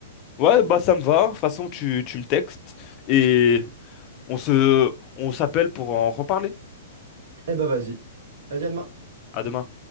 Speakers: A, on the left; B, on the right.
A: Ouais,
B: Est-ce que
A: bah
B: t'en
A: ça
B: penses?
A: me va. De toute façon, tu, tu me textes et on se, on s'appelle pour en reparler.
B: Eh ben vas-y. Vas-y, à demain.
A: À demain.